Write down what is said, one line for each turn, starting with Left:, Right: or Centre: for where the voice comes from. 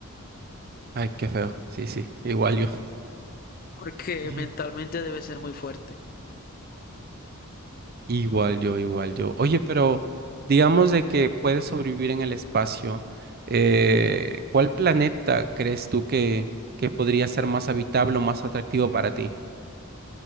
Right: Ay, qué feo. Sí, sí, igual yo.
Left: <laughs> porque
Right: <laughs>
Left: mentalmente debe ser muy fuerte.
Right: Igual yo, igual yo. Oye, pero digamos de que puedes sobrevivir en el espacio. eh, ¿cuál planeta crees tú que, que podría ser más habitable o más atractivo para ti?